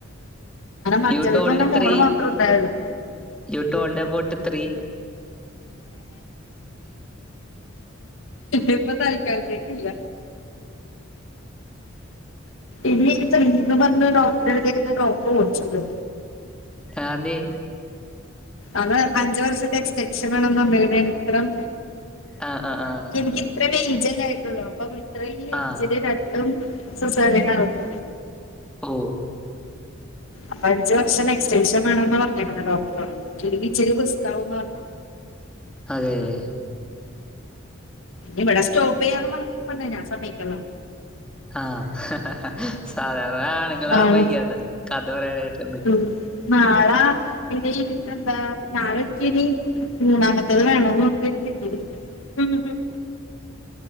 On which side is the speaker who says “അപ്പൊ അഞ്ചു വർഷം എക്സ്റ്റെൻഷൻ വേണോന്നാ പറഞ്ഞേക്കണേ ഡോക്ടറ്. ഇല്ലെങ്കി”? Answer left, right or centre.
Left